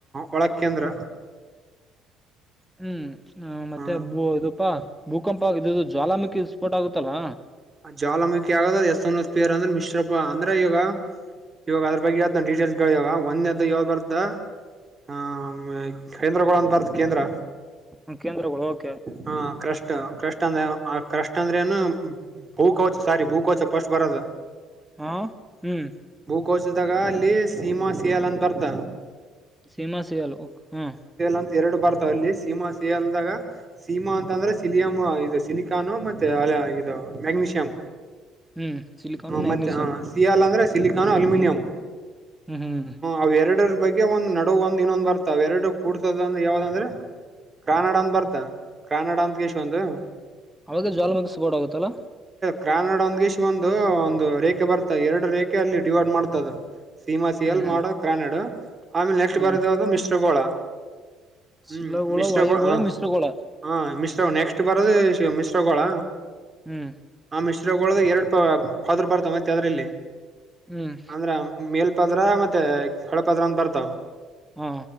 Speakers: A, on the right; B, in the centre.
A: ಒಳ ಕೇಂದ್ರ
B: ಹ್ಮ್ ಮತ್ತೊ
A: ಹ
B: ಇದಪಾ ಭೂಕಂಪ ಇದ ಜ್ವಾಲಾಮುಖಿ ಫೋಟ ಆಗುತ್ತಲ್ಲಾ
A: ಅ ಜಾಲ ಮುುಖಿ ಆಗದ ಅ್ ಎಸ್ನ್ ಪಿಯರ್ ಅಂದ್ರೆ ಮಿಶ್ರಪ್ಪ ಅಂದ್ರ ಈಾಗ ಇವಾಗ ಅದ್ರ ಬಗ್ಗೆ ಯಾವ ನಾ ಡೀಟೇಲ್ಸ್ ಕೇಳ ಇವಾಗ ಒಂದೆದ್ದ ಯಾವ ಬರ್ದ ಹ ಕೈೇಂದ್ರಗಳು ಅಂತಾರದ ಕೇಂದ್ರ
B: ಹ ಕೇಂದ್ರಗಳು ಹೋಗಿ
A: ಹಾ ಕ್ರಷ್ಟ ಕ್ರಷ್ಟ ಅಂದ್ರ ಕ್ರಷ್ಟ ಅಂದ್ರೆ ೇನು ಭೂ ಕವಚ ಸಾರಿ ಭೂ ಕವಚ ಫಸ್ಟ್ ಬರದು
B: ಹಾ ಹ್ಮ್
A: ಕೋಚಿದಾಗ ಅಲ್ಲಿ ಸೀಮಾ ಸಿಯಲ್ ಅಂತ ಅರ್ಥ
B: ಸೀಮಾ ಸಿಿಯಲ್ ಹಾ
A: ಅಂತ ಎರಡು ಬರ್ತಾವ ಅಲ್ಲಿ ಸೀಮಾ ಸಿಲ್ದಾಗ ಸೀಮಾ ಅಂತಂದ್ರೆ ಸಿಲಿಯಂ ಇದು ಸಿಲಿಕಾನ್ ಮತ್ತೆ ಅ ಇದು ಮ್ಯಾಗಗ್ನೀಷಿಯಂ
B: ಹ್ಮ್ ಸಿಲಿಕಾನ್
A: ಹ
B: ಮ್ಯಾಗ್ನೀಷಿಯಂ
A: ಮತ್ತೆ ಹ ಸಿಯಾಾಲ ಅಂದ್ರೆ ಸಿಲಿಕ್ ಅ ಅಲ್ಯೂಮಿನಿಯಂ
B: ಹ್ಮ್ ಹ್ಮ್
A: ಅವ ಎರಡರ ಬಗ್ಗೆ ಒಂದ್ ನಡ ಒ್ ಇನ್ನೊಂದ್ ಬರ್ತ ಎೆರೈಟ ಕೂಡ್ತದ ಅಂದ ಯಾವ್ದ ಅಂದ್ರೆ ಕ್ರಾನಡ ಅಂದ ಬರ್ತಾ ಕಾನಡ ಅಂತ ಕೇಶ್ ಒಂದು
B: ಅವಾಗ ಜ್ಾಲ ಮೆ ಸಪೋರ್ಟ್ ಆೋಗುತ್ತಲ್ಲ <inaudible>
A: ಕ್ರಾನಡ ಒಂದ್ಗಷ್ಟ ಒಂದು ಒಂದು ರೇಖೆ ಬರ್ತದೆ ಎರಡು ರೇಖೆ ಅಲ್ಲಿ ಡಿವೈಡ್ ಮಾಡ್ತದ ಸೀಮಾ ಸಿ
B: ಹ್ಮ್
A: ಎಲ್
B: ಹ್ಮ್
A: ಮಾಡೋ ಕ್ರಾನೆಡ್ ಆಮೇಲೆ ನೆಕ್ಸ್ಟ್
B: ಹ್ಮ್
A: ಬರದ ಅದು ಮಿಶ್ರಗೋಳ
B: ಶಿಲಗೋಳ
A: ಹ್ಮ್ ಮಿಶ್ರಗೋಳ
B: ವಾಯುಗೋಳ ಮಿಶ್ರಗೋಳ
A: ಹ ಮಿಶ್ರ ನೆಕ್ಸ್ಟ್ ಬರೋದು ಮಿಶ್ರಗೋಳ.
B: ಹ್ಮ್
A: ಮಿಶ್ರಗೋಲದಲ್ಲಿ ಎರಡು ಫಾದರ್ ಬರ್ತ ಮತ್ತ ಅದ್ರಲ್ಲಿ
B: ಹ್ಮ್
A: ಅಂದ್ರ ಮೇಲ್ ಪದ್ರ ಮತ್ತೆ ಕೆಳಪದ್ರ ಅಂತ ಬರ್ತಾವ
B: ಹ